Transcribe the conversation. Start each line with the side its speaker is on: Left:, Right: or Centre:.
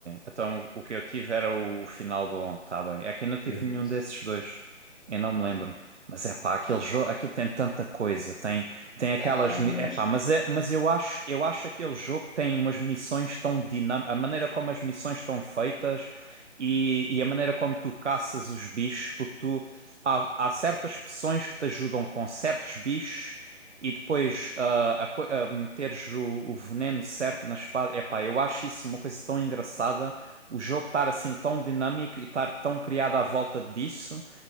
Right: Então o que eu tive era o final bom, tá bem. É que eu não tive
Centre: Sim.
Right: nenhum desses dois. Eu não me
Centre: E-
Right: lembro. Mas é pá, aquele
Centre: sim.
Right: jogo, aquilo tem tanta coisa. Tem, tem aquelas.
Centre: É, é um mundo.
Right: mi- É pá, mas, é, mas eu acho, eu acho aquele jogo que tem umas missões tão dinâmicas. A maneira como as missões estão feitas e, e a maneira como tu caças os bichos, porque tu há, há certas poções que te ajudam com certos bichos e depois ah, a, co- a meteres o, o veneno certo na espada. Epá, eu acho isso uma coisa tão engraçada. O jogo estar assim tão dinâmico e estar tão criado à volta disso.